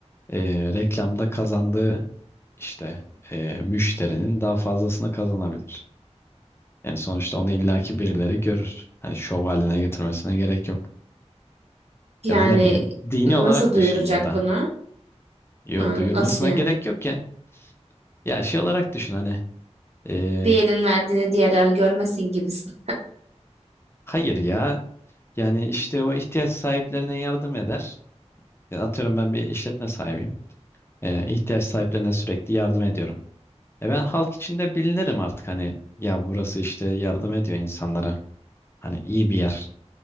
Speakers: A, on the left (about 20°); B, on the right (about 65°).
A: eee, reklamda kazandığı işte eee, müşterinin daha fazlasını kazanabilir. Yani sonuçta onu illaki birileri görür. Hani şov haline getirmesine gerek yok.
B: Yani
A: Ya da ne bileyim dini
B: nasıl
A: olarak
B: duyuracak
A: düşün ya da
B: bunu?
A: yo
B: Ha,
A: duyurmasına
B: nasıl yani?
A: gerek yok ya. Ya şey olarak düşün hani eee,
B: Bir elin verdiğini diğer el görmesin gibisin.
A: hayır ya yani işte o ihtiyaç sahiplerine yardım eder. Ya Atıyorum ben bir işletme sahibiyim. E, ihtiyaç sahiplerine sürekli yardım ediyorum. E ben halk içinde bilinirim artık hani ya burası işte yardım ediyor insanlara. Hani iyi bir yer